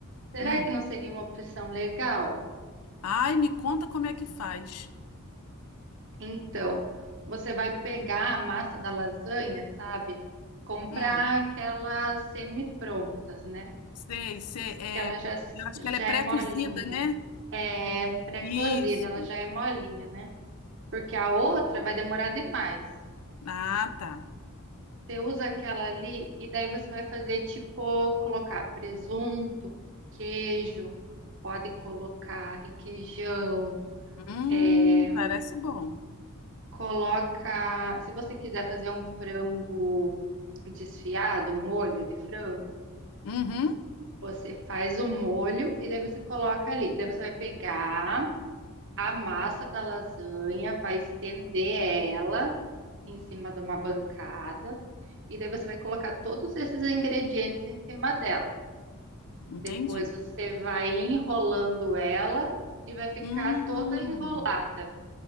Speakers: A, on the right; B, on the left.
A: Será
B: hum.
A: que não seria uma opção legal?
B: Ai, me conta como é que faz.
A: Então, você vai pegar a massa da lasanha, sabe? Comprar
B: Hum,
A: aquelas semi-prontas, né?
B: sei, sei. É,
A: que ela já,
B: eu acho
A: já
B: que ela é pré-cozida,
A: é molinha.
B: né?
A: É pré-cozida,
B: Isso.
A: ela já é molinha, né? Porque a outra vai demorar demais.
B: Ah, tá.
A: Você usa aquela ali e daí você vai fazer tipo colocar presunto, queijo, pode colocar requeijão,
B: Hum,
A: é,
B: parece bom.
A: coloca, se você quiser fazer um frango desfiado, um molho de frango,
B: Uhum,
A: você faz o molho e daí você coloca ali. Daí você vai pegar A massa da lasanha, vai estender ela em cima de uma bancada e daí você vai colocar todos esses ingredientes em cima dela.
B: entendi.
A: Depois você vai enrolando ela e vai ficar
B: Hum,
A: toda enrolada.